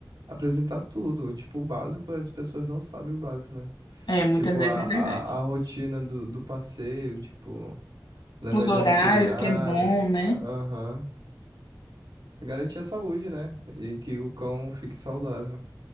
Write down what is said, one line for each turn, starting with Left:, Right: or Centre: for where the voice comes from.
Right: apresentar tudo. Tipo, o básico, as pessoas não sabem o básico, né?
Left: É, muitas
Right: Tipo,
Left: vezes
Right: a,
Left: é verdade.
Right: a, a rotina do, do passeio, tipo, levar
Left: Os
Right: ele
Left: horários
Right: ao veterinário,
Left: que é bom, né?
Right: aham. Garantir a saúde, né? E que o cão fique saudável.